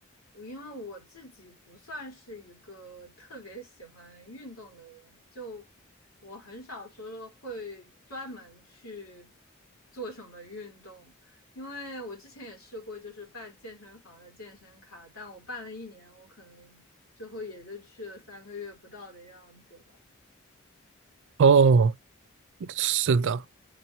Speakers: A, on the left; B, on the right.
A: 我因为我自己不算是一个特别喜欢运动的人，就我很少说会专门去做什么运动，因为我之前也试过，就是办健身房的健身卡，但我办了一年，我可能最后也就去了三个月不到的样子吧。
B: 哦，是的，